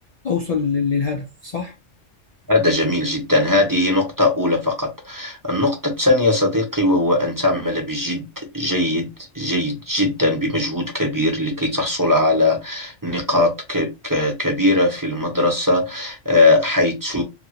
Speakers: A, on the left; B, on the right.
A: اوصل لل- للهدف صح
B: هذا جميل جدا هذه نقطة أولى فقط النقطة الثانية صديقي وهو أن تعمل بجد جيد جيد جدا بمجهود كبير لكي تحصل على نقاط ك- ك- كبيرة في المدرسة آه، حيث